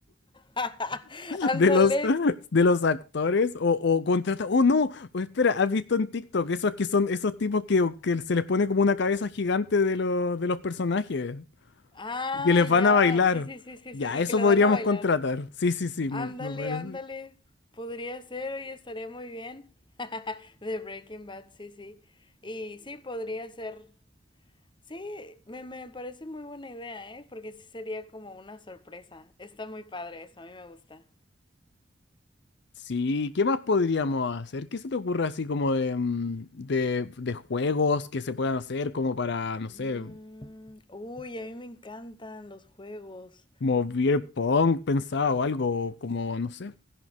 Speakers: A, on the left; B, on the left.
A: <laughs> Ándale.
B: de los, de los actores o, o contrata. Oh, no, oh, espera, ¿has visto en TikTok esos que son esos tipos que, que se les pone como una cabeza gigante de, los de los personajes
A: Ah,
B: y que les van
A: ya.
B: a bailar?
A: Sí, sí, sí, sí,
B: Ya,
A: sí, sí,
B: eso
A: que le
B: podríamos
A: van a bailar.
B: contratar. Sí, sí, sí,
A: Ándale,
B: me, me parece.
A: ándale. Podría ser, oye, estaría muy bien. <laughs> De Breaking Bad, sí, sí. Y sí, podría ser. Sí, me, me parece muy buena idea, ¿eh? Porque sí sería como una sorpresa. Está muy padre eso, a mí me gusta.
B: Sí, ¿qué más podríamos hacer? ¿Qué se te ocurre así como de, mm, de, de juegos que se puedan hacer como para, no
A: Mm,
B: sé,
A: uy, a mí me encantan los juegos.
B: como beer pong pensado o algo, como, no sé.